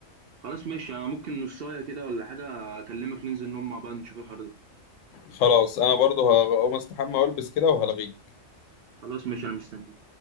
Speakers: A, on the right; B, on the left.
A: خلاص ماشي انا ممكن نصايه كده ولا حاجه اكلمك ننزل نقعد مع بعض نشوف الحوار ده
B: خلاص انا برضو هقوم استحمى والبس كده وهلغيك
A: خلاص ماشي انا مستني